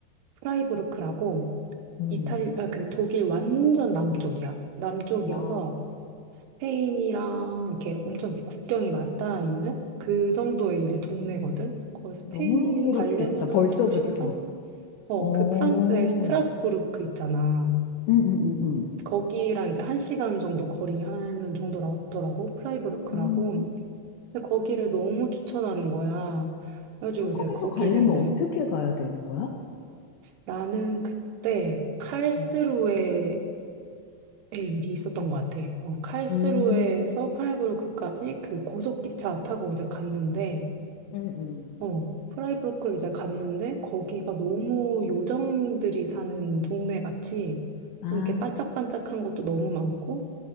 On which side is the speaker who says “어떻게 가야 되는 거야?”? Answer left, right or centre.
Left